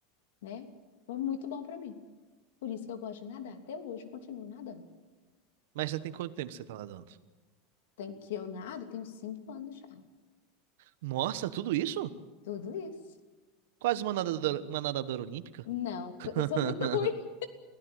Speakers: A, on the left; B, on the right.
A: né? Foi muito bom para mim. Por isso que eu gosto de nadar. Até hoje eu continuo nadando.
B: Mas já tem quanto tempo que você tá nadando?
A: Tem que eu nado, tenho cinco anos já.
B: Nossa, tudo isso?
A: Tudo isso.
B: Quase uma nadadora, uma nadadora olímpica?
A: Não,
B: <laughs>
A: eu sou muito <laughs> ruim.